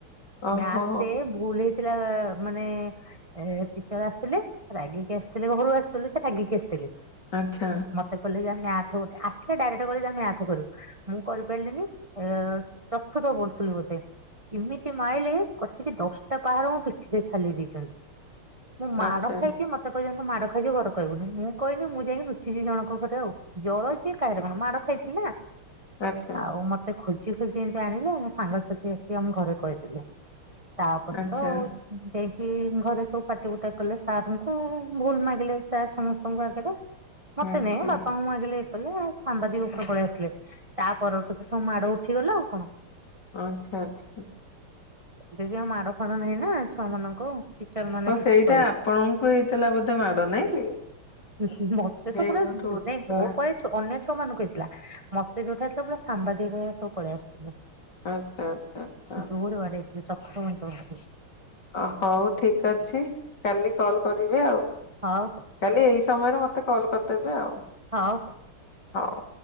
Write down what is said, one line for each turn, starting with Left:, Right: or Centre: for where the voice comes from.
Left: ଓହୋ
Right: ମ୍ୟାଥରେ ଭୁଲ ହେଇଥିଲା ମାନେ, ଏ ଟିଚର ଆସିଲେ ରାଗିକି ଆସିଥିଲେ ଘରୁ ଆଚ୍ୟୁଆଲି ସେ ରାଗିକି ଆସିଥିଲେ।
Left: ଆଚ୍ଛା।
Right: ମତେ କହିଲେ ଯା ମ୍ୟାଥି ଗୋଟେ ଆସିଲେ ଡାଇରେକ୍ଟ କହିଲେ ଯା ମ୍ୟାଥି କରିବୁ। ମୁଁ କରିପାରିଲିନି ଆ ଚତୁର୍ଥ ପଢୁଥିଲି ବୋଧେ। ଏମିତି ମାଇଲେ କଷିକି ଦଶଟା ପାହାରକୁ ମୋ ପିଠିରେ ଛାଲି ଦେଇଛନ୍ତି। ମୁଁ ମାଡ଼
Left: ଆଚ୍ଛା
Right: ଖାଇଛି ମତେ କହିଛନ୍ତି ମାଡ ଖାଇଛୁ ଘରେ କହିବୁନି ମୁଁ କହିଲି ମୁଁ ଯାଇକି ଲୁଚିଛି ଜଣଙ୍କ ଘରେ ଆଉ। ଜ୍ୱର ଯେ କାହିଁରେ କଣ ମାଡ ଖାଇଥିଲି ନା।
Left: ଆଚ୍ଛା।
Right: ଆଉ ମତେ ଖୋଜି ଖୋଜି ଏମିତି ଆଣିଲେ ସାଙ୍ଗସାଥି ଆସିକି ଆମ ଘରେ କହିଦେଲେ। ତାପରେ
Left: ଆଚ୍ଛା।
Right: ତ ଯାଇକି ଘରେ ସବୁ ପାଟିପୁଟା କଲେ ସାରଙ୍କୁ ଭୁଲ ମାଗିଲେ ସାର୍ ସମସ୍ତଙ୍କ ଆଗରେ। ମତେ
Left: ଆଚ୍ଛା
Right: ନାଇଁ ବାପାଙ୍କୁ ମାଗିଲେ। <unintelligible> ସାମ୍ବାଦିକ ଉପରେ ପଳେଇ ଆସଥିଲେ ତା ପରଠୁ ତ ସବୁ ମାଡ ଉଠିଗଲା ଆଉ କଣ।
Left: ଆଚ୍ଛା ଆଚ୍ଛା।
Right: ଏବେ ବି ଆଉ ମାଡ ଫାଡ ନାହିଁ ନା ଛୁଆ ମାନଙ୍କୁ। ଟିଚର ମାନେ
Left: ହଁ
Right: କିଛି
Left: ସେଇଟା
Right: କହିବେ
Left: ଆପଣଙ୍କୁ ହେଇଥିଲା ବୋଧେ ମାଡ ନାଇଁ କି?
Right: ଉଁ ହୁଁ ମତେ
Left: ହେଇଠୁ
Right: ତ ପୁରା ନାଇଁ
Left: ଉଠିଥିଲା
Right: ମୋ ପାଇଁ। ଅନ୍ୟ ଛୁଅ ମାନଙ୍କୁ ହେଇଥିଲା ମତେ ଯୋଉଟା ହେଇ ଥିଲା ପୁରା ସାମ୍ବାଦିକ ମାନେ ସବୁ ପଳେଇ ଆସିଥିଲେ।
Left: ଆଚ୍ଛା ଆଚ୍ଛା। ଆଚ୍ଛା
Right: ଜୋରେ ବାଡ଼େଇଥିଲେ ଚତୁର୍ଥ ପଞ୍ଚମଠୁ।
Left: ଅ ହଉ ଠିକ ଅଛି କାଲି କଲ କରିବି ଆଉ।
Right: ହଉ ହଉ।
Left: କାଲି ଏଇ ସମୟରେ ମତେ କଲ୍ କରିଦେବେ ଆଉ।
Right: ହଉ ହଉ।
Left: ହଉ।